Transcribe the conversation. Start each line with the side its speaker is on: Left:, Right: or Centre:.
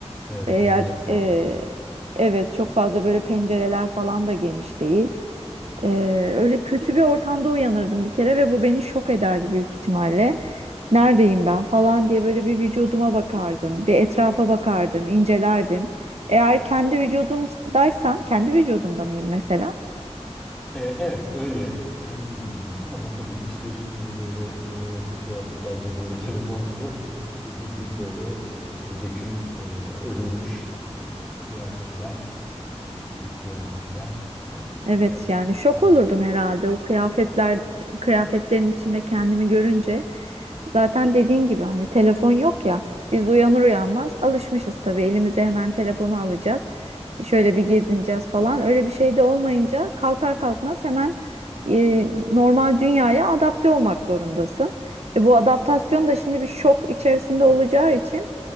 Centre: Evet,
Right: eğer
Centre: mum en fazla.
Right: e, evet çok fazla böyle pencereler falan da geniş değil. E, öyle kötü bir ortamda uyanırdım bir kere ve bu beni şok ederdi büyük ihtimalle neredeyim ben falan diye böyle bir vücuduma bakardım, bir etrafa bakardım, incelerdim. Eğer kendi vücudumdaysam, kendi vücudumda mıyım mesela?
Centre: E, evet öyle kendi vücudundasın ama tabii ki işte üstünde böyle yeni nesil kıyafetler cebinde <laughs> telefonun yok. B- Bildiğin böyle işte eski döküm e, örülmüş e, kıyafetler, e, eski tip kıyafetler e,
Right: Evet
Centre: ve
Right: yani şok
Centre: evet.
Right: olurdum herhalde o kıyafetler kıyafetlerin içinde kendimi görünce. Zaten dediğin gibi hani telefon yok ya. Biz uyanır uyanmaz alışmışız tabii elimize hemen telefonu alacağız. Şöyle bir gezineceğiz falan. Öyle bir şey de olmayınca kalkar kalkmaz hemen e, normal dünyaya adapte olmak zorundasın. E, bu adaptasyon da şimdi bir şok içerisinde olacağı için